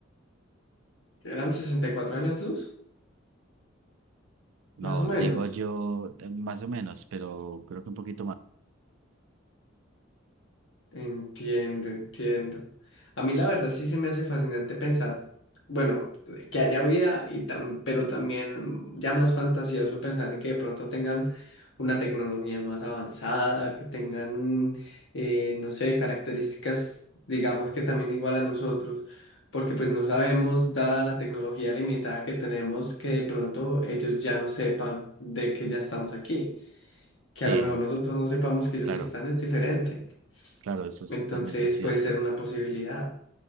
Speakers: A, on the left; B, on the right.
A: Eran 64 años luz,
B: No,
A: más o menos.
B: digo yo eh, más o menos, pero creo que un poquito más.
A: Entiendo, entiendo. A mí la verdad sí se me hace fascinante pensar, bueno, que haya vida y tam- pero también ya más fantasioso pensar en que de pronto tengan una tecnología más avanzada, que tengan, eh, no sé, características, digamos que también igual a nosotros, porque pues no sabemos, dada la tecnología limitada que tenemos, que de pronto ellos ya no sepan de que ya estamos aquí, que
B: Sí,
A: a lo mejor nosotros no sepamos que ellos
B: claro,
A: están, es diferente.
B: claro, eso es
A: Entonces
B: totalmente cierto.
A: puede ser una posibilidad.